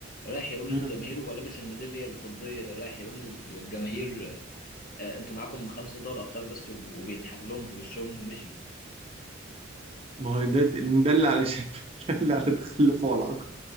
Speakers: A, on the left; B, on the right.
A: رايح يقول
B: مم.
A: للجماهير وهو لابس الميدالية الفضية رايح يقول لل- للجماهير آه، انتوا معاكم خمسة دوري ابطال بس وب- وبيضحك لهم في وشهم ومشي
B: ما هو ده ده اللي على شكل <laughs> ده اللي على تخلفه على العقل